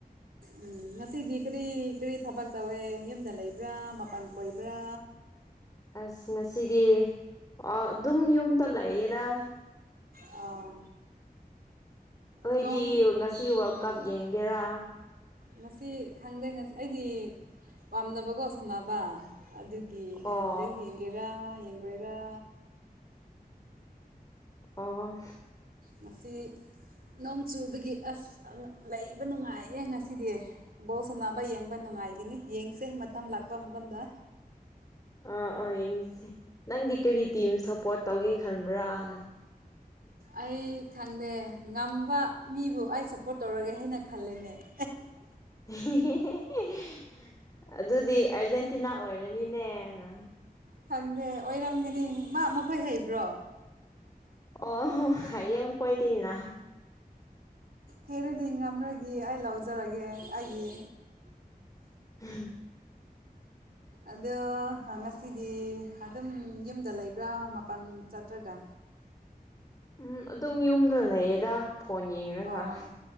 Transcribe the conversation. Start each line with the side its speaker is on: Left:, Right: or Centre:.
Right: ꯎꯝ ꯉꯁꯤꯗꯤ ꯀꯔꯤ ꯀꯔꯤ ꯊꯕꯛ ꯇꯧꯋꯦ ꯌꯨꯝꯗ ꯂꯩꯕ꯭ꯔꯥ ꯃꯄꯥꯟ ꯀꯣꯏꯕ꯭ꯔꯥ
Left: ꯑꯁ ꯉꯁꯤꯗꯤ ꯑꯗꯨꯝ ꯌꯨꯝꯗ ꯂꯥꯛꯌꯦꯗ
Right: ꯑꯥ
Left: ꯑꯩꯏꯗꯤ
Right: ꯅꯣꯡ
Left: ꯉꯁꯤ ꯋꯥꯔꯜ
Right: ꯎꯝ
Left: ꯀꯞ ꯌꯦꯡꯒꯦꯔꯥ
Right: ꯉꯁꯤ ꯈꯪꯗꯦ ꯉꯁꯤ ꯑꯩꯗꯤ ꯄꯥꯝꯅꯕꯒꯣ ꯁꯥꯟꯅꯕ ꯑꯗꯨ ꯒꯤ
Left: ꯑꯣ
Right: ꯈꯪꯗꯦ ꯌꯦꯡꯒꯦꯔꯥ ꯌꯦꯡꯒꯣꯏꯔꯥ
Left: ꯑꯣ ꯑꯣ
Right: ꯉꯁꯤ ꯅꯣꯡ ꯆꯨꯕꯒꯤ ꯑꯁ ꯂꯩꯕ ꯅꯨꯡꯉꯥꯏꯌꯦ ꯉꯁꯤꯗꯤ ꯕꯣꯜꯁ ꯁꯟꯅꯕ ꯌꯦꯡꯕ ꯅꯨꯡꯉꯥꯏꯒꯅꯤ ꯌꯦꯡꯁꯦ ꯃꯇꯝ ꯂꯥꯛꯄ ꯃꯇꯝꯗ
Left: ꯑꯥ ꯑꯥ ꯌꯦꯡꯁꯦ ꯅꯪꯗꯤ ꯀꯔꯤ ꯇꯤꯝ ꯁꯞꯄꯣꯔꯠ ꯇꯧꯒꯦ ꯈꯟꯕ꯭ꯔꯥꯅ
Right: ꯑꯩ ꯈꯪꯗꯦ ꯉꯝꯕ ꯃꯤꯕꯨ ꯑꯩ ꯁꯞꯄꯣꯔꯠ ꯇꯧꯔꯒꯦ ꯍꯥꯏꯅ ꯈꯜꯂꯦꯅꯦ <unintelligible>
Left: <inaudible> ꯑꯗꯨꯗꯤ ꯑꯔꯖꯦꯟꯇꯤꯅꯥ ꯑꯣꯏꯔꯅꯤꯅꯦꯅ
Right: ꯈꯪꯗꯦ ꯑꯣꯏꯔꯝꯒꯅꯤ ꯃꯥ ꯃꯈꯣꯏ ꯍꯩꯕ꯭ꯔꯣ
Left: ꯑꯣ ꯍꯥꯏꯌꯦ ꯃꯀꯣꯏꯗꯤꯅ
Right: ꯍꯦꯔꯗꯤ ꯉꯝꯂꯒ ꯑꯩ ꯂꯧꯖꯔꯒꯦ ꯑꯩꯒꯤ
Left: <unintelligible>
Right: ꯑꯗꯣ ꯉꯁꯤꯗꯤ ꯑꯗꯨꯝ ꯌꯨꯝꯗ ꯂꯩꯕ꯭ꯔꯥ ꯃꯥꯄꯜ ꯆꯠꯇ꯭ꯔꯒ
Left: ꯎꯝ ꯑꯗꯨꯝ ꯌꯨꯝꯗ ꯂꯩꯌꯦꯗ ꯐꯣꯟ ꯌꯦꯡꯉꯒ
Right: ꯑꯥ